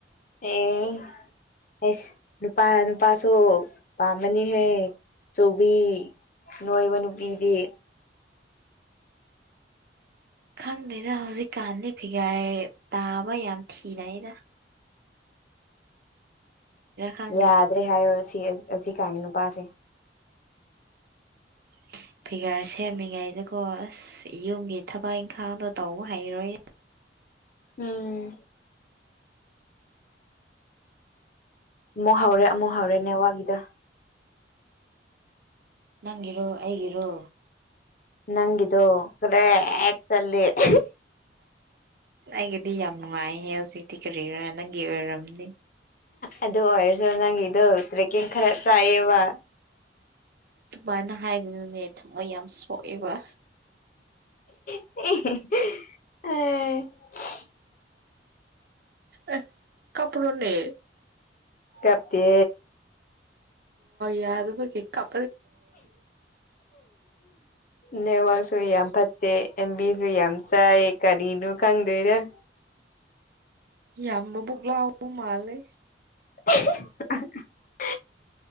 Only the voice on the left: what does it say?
ꯑꯦ ꯑꯦꯁ ꯅꯨꯄꯥ ꯅꯨꯄꯥꯁꯨ ꯄꯥꯝꯕꯅꯤ ꯍꯦ ꯆꯧꯕꯤ ꯅꯣꯏꯕ ꯅꯨꯄꯤꯗꯤ
ꯌꯥꯗ꯭ꯔꯦ ꯍꯥꯏ ꯑꯁꯤ ꯑꯁꯤ ꯀꯥꯏꯉ ꯅꯨꯄꯥꯁꯦ
ꯎꯝ ꯑꯃꯨꯛ ꯍꯧꯔꯦ ꯑꯃꯨꯛ ꯍꯧꯔꯦꯅꯦꯋꯥꯒꯤꯗ
ꯅꯪꯒꯤꯗꫭ <unintelligible> ꯆꯠꯂꯦ <unintelligible>
ꯑꯗꯨ ꯑꯣꯏꯔꯁꯨ ꯅꯪꯒꯤꯗꯣ ꯇ꯭ꯔꯦꯛꯀꯤꯡ ꯈꯔ ꯆꯥꯏꯑꯕ
ꯑꯦ ꯑ
ꯀꯞꯇ
ꯅ ꯋꯥꯔꯁꯨꯏ ꯌꯥꯝ ꯐ ꯑꯦꯝꯕꯤꯖ ꯑꯦꯝꯆꯥ ꯑꯦꯀꯥꯔꯤꯅꯨ ꯈꯪꯗꯔ
<inaudible>